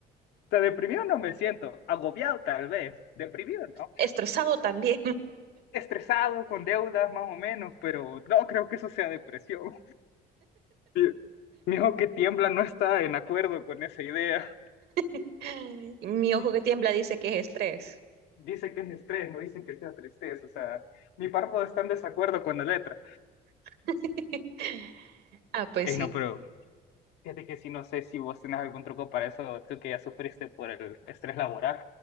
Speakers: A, on the left; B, on the right.
A: O sea, deprimido no me siento, agobiado tal vez, deprimido, ¿no?
B: Estresado también.
A: Estresado, con deudas más o menos, pero no creo que eso sea depresión. <laughs> Mi mi hijo que tiembla no está en acuerdo con esa idea.
B: <laughs> Mi
A: <laughs>
B: ojo que tiembla dice que es estrés.
A: Dice que es estrés, no dice que sea tristeza, o sea, mi párpado está en desacuerdo con la letra.
B: <laughs> Ah, pues
A: Ey,
B: sí,
A: no, pero Fíjate que sí, no sé si vos tenés algún truco para eso, tú que ya sufriste por el estrés laboral.